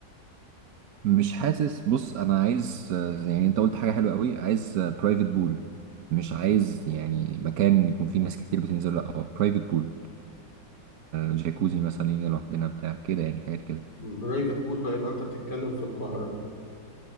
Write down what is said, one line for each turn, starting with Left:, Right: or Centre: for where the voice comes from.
Right: مش حاسس بص انا عايز آه، يعني انت قلت حاجة حلوة قوي عايز برايفت بول مش عايز يعني مكان يكون فيه ناس كتير بتنزل لا هو برايفت بول جاكوزي مثلا لينا لوحدنا بتاع كده يعني حاجات كده
Left: برايفت بول بقى يبقى انت بتتكلم في القاهره